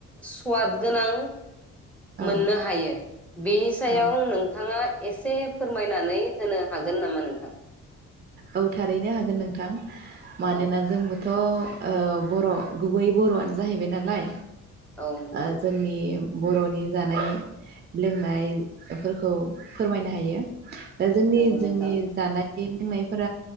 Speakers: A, in the centre; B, on the right (about 35°).
A: सुवाद गोनां
B: औ
A: मोननो हायो बेनि सायाव
B: औ
A: नोंथाङा एसे फोरमायनानै होनो हागोन नामा नोंथां
B: औ थारैनो हागोन नोंथां मानोना
A: औ
B: जोंबो थ' बर' गुबै बर'आनो जाहैबाय नालाय
A: औ नोंथां
B: आ जोंनि बर'नि जानाय लोंनायफोरखौ फोरमायनो हायो जोंनि
A: नंगौ नोंथां
B: जोंनि जानाय <unintelligible> फोर